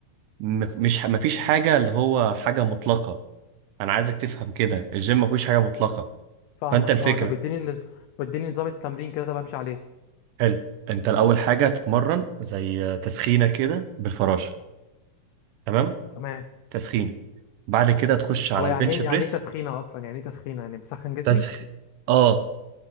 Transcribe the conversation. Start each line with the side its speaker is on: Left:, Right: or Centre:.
Right: م- مش ما فيش حاجه اللي هو حاجه مطلقه انا عايزك تفهم كده الجيم ما فيش حاجه مطلقه
Left: فاهمك
Right: فانت الفكره
Left: اه طب اديني النز... اديني نظام التمرين كده طب امشي عليه
Right: حلو انت الاول حاجه هتتمرن زي تسخينه كده بالفراشه تمام
Left: تمام
Right: تسخينه بعد كده تخش على
Left: هو
Right: البنش
Left: يعني ايه
Right: بريس
Left: يعني ايه تسخينه اصلا يعني ايه تسخينه يعني بسخن جسمي
Right: تسخين اه